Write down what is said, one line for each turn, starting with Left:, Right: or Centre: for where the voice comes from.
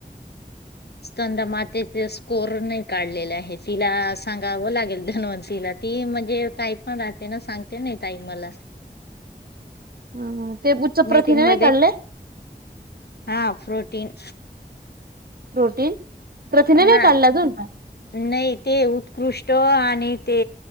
Right: <unintelligible>
Left: दा मातेचे स्कोर नाही काढलेले आहे, तिला सांगावं लागेल धन्वंतीिला. ती म्हणजे काय पण राहते ना सांगते नाही ताई मला.
Right: हा, ह ते उच्च
Left: मीटिंग
Right: प्रथिने
Left: मध्ये
Right: नाही काढले?
Left: हा प्रोरोटीन.
Right: प्रोटीन, प्रथिने
Left: हा
Right: नाही काढला अजून?
Left: नाही ते उत्कृष्ट आणि ते,